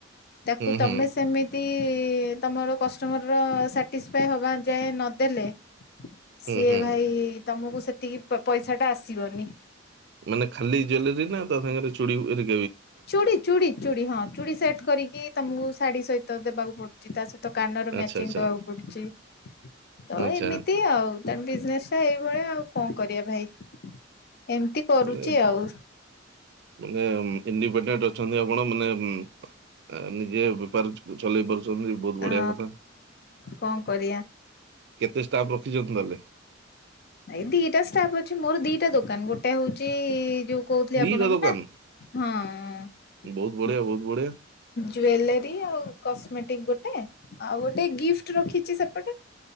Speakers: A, on the left (about 55°); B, on the right (about 60°).
A: ତାକୁ
B: ହୁଁ
A: ତମେ
B: ହୁଁ
A: ସେମିତି ତି-ଇ-ଇ-ଇ ତମର କଷ୍ଟମର ର ସାଟିଶପାଏ ହବା ଯାଏ ନଦେଲେ ସିଏ
B: ହୁଁ ହୁଁ
A: ଭାଇ ତମକୁ ସେତିକି ପ ପଇସା ଟା ଆସିବନି।
B: ମାନେ ଖାଲି ଜୁଏଲେରୀ ନା ତା ସାଙ୍ଗରେ ଚୁଡି ହେରି
A: ଚୁଡ଼ି ଚୁଡ଼ି ଚୁଡି ହଁ ଚୁଡ଼ି ସେଟ କରିକି ତମକୁ ଶାଢୀ ସହିତ ଦେବାକୁ ପଡୁଛି ତା ସହି ତ କାନର
B: ଆଚ୍ଛା
A: ମ୍ୟାଚିଂ
B: ଆଚ୍ଛା
A: ଦବାକୁ ପଡୁଛି ତ
B: ଆଚ୍ଛା
A: ଏମିତି ଆଉ ତେଣୁ ବିଜନେସ ଟା ଏଇ ଏଇ ଭଳିଆ ଆଉ କଣ କରିବା ଭାଇ। ଏମିତି କରୁଛି
B: ମାନେ
A: ଆଉ।
B: ମାନେ ଇଣ୍ଡିପେଣ୍ଡେଣ୍ଟ ଅଛନ୍ତି ଆପଣ ମାନେ ଏମ୍ ଏ ନିଜେ ବେପାର ଚ ଚଲେଇ ପାରୁ ରୁଛନ୍ତି ବହୁତ ବଢିଆ
A: ଅ
B: କଥା।
A: କଣ କରିବା
B: କେତେ ଷ୍ଟାଫ୍ ରଖ ଖିଛନ୍ତି ନହେଲେ।
A: ଏ ଦିଟା ଷ୍ଟାଫ୍ ଅଛି ମୋର ଦିଟା ଦୋକାନ ଗୋଟେ ହଉଛି-ଇ-ଇ-ଇ-ଇ ଯୋଉ କହୁଥିଲି
B: ଦିଟା
A: ଆପଣଙ୍କୁ
B: ଦୋକାନ
A: ନା, ହଁ-ଅ-ଅ
B: ବହୁତ ବଢିଆ ବହୁତ ବଢିଆ।
A: ଜୁଏଲାରୀ ଆଉ କସ୍ମେଟିକ ଗୋଟେ, ଆଉ ଗୋଟେ ଗିଫ୍ଟ ରଖିଛି ସେପଟେ।